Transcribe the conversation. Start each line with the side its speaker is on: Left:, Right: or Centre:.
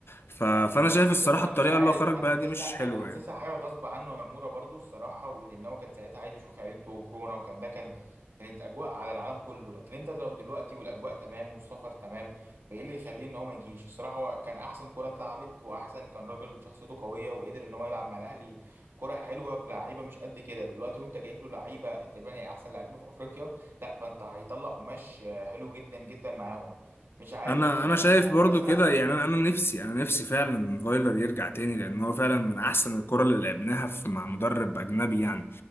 Left: ف... فانا شايف
Right: بص
Left: الصراحه
Right: انا
Left: الطريقه
Right: مش عارف
Left: اللي هو خرج
Right: انا
Left: بقى
Right: حاسسها
Left: دي مش حلوه
Right: انا حاسسها
Left: يعني
Right: حاجه غصب عنه يا مورا برضو الصراحه ولان هو كان ساعتها عايز يشوف عيلته وكورونا وكان ده كان كانت اجواء على العالم كله لكن انت لو دلوقتي والاجواء تمام والسفر تمام فايه اللي يخليه ان هو ما يجيش الصراحه هو كان احسن كره اتلعبت واحسن كان راجل شخصيته قويه وقدر ان هو يلعب مع الاهلي كره حلوه بلعيبه مش قد كده دلوقتي وانت جايب له لعيبه تقريبا هي احسن لعيبه في افريقيا لا فانت هيطلع قماش آه، حلو جدا جدا معاهم مش عارف
Left: انا
Right: يعني
Left: انا شايف برضو
Right: بس انا
Left: كده يعني انا أنا نفسي انا نفسي فعلا فايلر يرجع تاني لان هو فعلا من احسن الكرة اللي لعبناها في مع مدرب اجنبي يعني